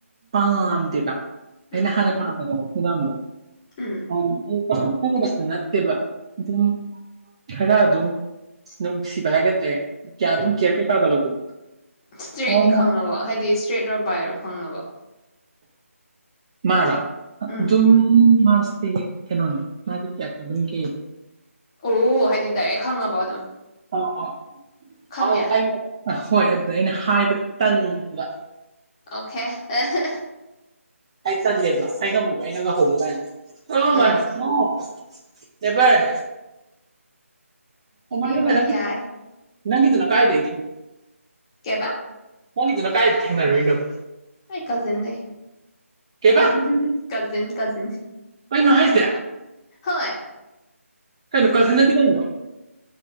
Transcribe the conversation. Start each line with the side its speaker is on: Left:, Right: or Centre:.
Right: ꯄꯥꯝꯗꯦꯕ ꯑꯩꯅ
Left: ꯎꯝ
Right: ꯍꯥꯟꯅ
Left: ꯎꯝ ꯎꯝ
Right: ꯄꯥꯝꯕꯅꯦꯕ <unintelligible>
Left: ꯎꯝ
Right: <unintelligible> ꯈꯪꯗꯕꯁꯨ ꯅꯠꯇꯦꯕ ꯑꯗꯨꯝ ꯈꯔ ꯑꯗꯨꯝ ꯅꯨꯡꯁꯤꯕ ꯍꯥꯏꯒꯗ꯭ꯔ ꯀꯌꯥ ꯑꯗꯨꯝ ꯀꯦꯌꯔ ꯀꯩꯀꯥꯒ ꯂꯧꯕꯗꯣ
Left: ꯏꯁꯇ꯭ꯔꯦꯠꯅꯤ
Right: ꯑꯗꯨꯅ
Left: ꯈꯪꯉꯕꯣ ꯍꯥꯏꯗꯤ ꯏꯁꯇ꯭ꯔꯦꯠ ꯂꯣ ꯕꯥꯏꯔꯣ ꯐꯪꯉꯕꯣ
Right: ꯃꯥꯔꯣ ꯑꯗꯨꯝ
Left: ꯎꯝ
Right: ꯃꯥ ꯁꯤꯒꯤ ꯀꯩꯅꯣꯅꯦ ꯃꯥꯗꯤ ꯀꯌꯥ ꯑꯗꯨꯝꯒꯤ
Left: ꯑꯣꯍꯍ ꯍꯥꯏꯗꯤ ꯗꯥꯏꯔꯦꯛ ꯈꯪꯉꯕꯣ ꯑꯗꯨꯝ
Right: ꯑ ꯑ
Left: ꯈꯪꯉꯦ
Right: ꯑꯧ ꯑꯩꯅ ꯑ ꯍꯣꯏ ꯑꯗꯨꯗ ꯑꯩꯅ ꯍꯥꯏꯕ ꯇꯟꯕ
Left: ꯑꯣꯀꯦ ꯑꯍꯦꯍꯦ
Right: ꯑꯩ ꯇꯜꯂꯦꯕ ꯑꯩ ꯉꯝꯃꯣꯏꯕ ꯑꯩꯅꯒ ꯍꯧꯕ ꯀꯥꯏꯅ ꯑꯣ
Left: ꯎꯝ
Right: ꯃꯥꯏ ꯒꯣꯠ ꯅꯦꯚꯔ <unintelligible>
Left: ꯏꯕꯦꯝꯃ
Right: ꯅꯪꯒꯤ
Left: ꯌꯥꯏ
Right: ꯅꯪꯒꯤꯗꯨꯅ ꯀꯥꯏꯗꯩ
Left: ꯀꯦꯕꯥ
Right: ꯃꯣꯏꯒꯤꯗꯨꯅ ꯀꯥꯏꯗ ꯊꯦꯡꯅꯔꯨꯏꯅꯣ
Left: ꯑꯩ ꯀꯖꯤꯟ ꯅꯦ
Right: ꯀꯩꯕ
Left: ꯍꯝ ꯍꯝ ꯀꯖꯤꯟ ꯀꯖꯤꯟꯁ
Right: ꯀꯩꯅꯣ ꯍꯥꯏꯖꯦ
Left: ꯍꯣꯏ
Right: ꯀꯩꯅꯣ ꯀꯖꯤꯟ ꯑꯗꯤ ꯀꯩꯅꯣ